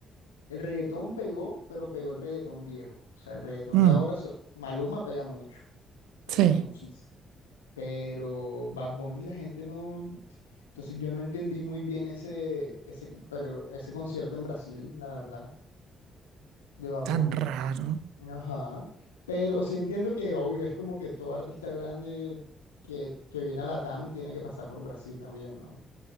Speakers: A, on the left (about 80°); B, on the right (about 65°).
A: el reggaetón pegó, pero pegó el reggaetón viejo. O sea, el reggaetón
B: mm,
A: de ahora, so- Maluma pega mucho, pega
B: sí,
A: muchísimo. Pero Bad Bunny la gente no... Entonces yo no entendí muy bien ese, ese, pero ese concierto en Brasil, la verdad, de Bad Bunny.
B: tan raro.
A: Ajá, pero sí entiendo que obvio, es como que todo artista grande que, que viene a la TAM tiene que pasar por Brasil también, ¿no?